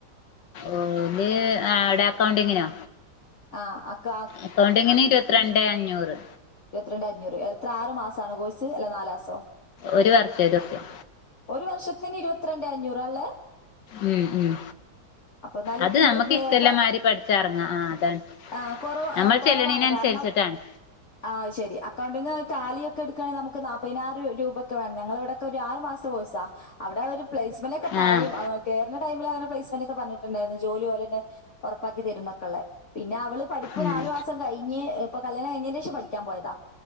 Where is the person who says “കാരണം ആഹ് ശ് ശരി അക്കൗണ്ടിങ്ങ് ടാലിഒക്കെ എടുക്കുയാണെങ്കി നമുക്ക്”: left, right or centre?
Left